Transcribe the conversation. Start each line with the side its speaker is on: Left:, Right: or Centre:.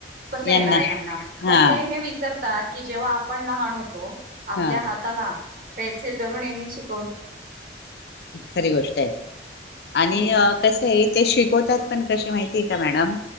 Right: कस
Left: यांना
Right: येणार यां्यांना
Left: हा
Right: पण ते हे विसरतात की जेव्हा आपण लहान होतो आपल्या
Left: हा
Right: हाताला पेन्सिल धरून यांनी शिक
Left: खरी गोष्ट आहे आणि
Right: हम्म
Left: कस आहे ते शिकवतात पण कशी माहितीय का मॅडम